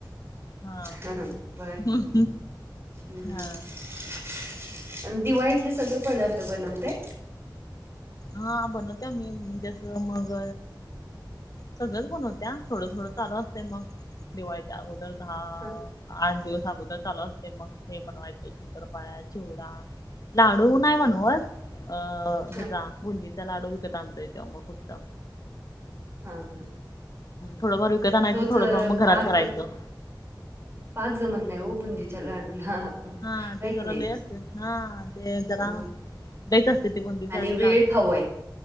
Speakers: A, on the left; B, on the right.
A: हा
B: र बघा क
A: हम्म.
B: करून हम्.
A: हा
B: दिवाळीतले सगळे पदार्थ बनवते.
A: हा बनवते मी जस मग. सगळच बनवत्या थोडं थोडं चालू असतते मग दिवाळीच्या अगोदर धा
B: हा
A: आठ दिवस अगोदर चालू असते मग हे बनवायचं शंकरपाळ, चिवडा लाडू नाही म्हणूस अ
B: हा
A: हेचा बुंदीचा लाडू विकत आणतोय तेवग खुसत
B: हा हा.
A: थोडं फार विकत आणायचं
B: तोच
A: थोडंफार मग
B: पाक
A: घरात करायचं
B: पाक जमत नाही हो बुंदीच्या लाडूला
A: हा
B: आहे
A: ते जरा
B: की नाही
A: लई असते हा ते जरा
B: अ
A: दच असते ती बंदी
B: आणि
A: लाड
B: वेळ खाऊ आहे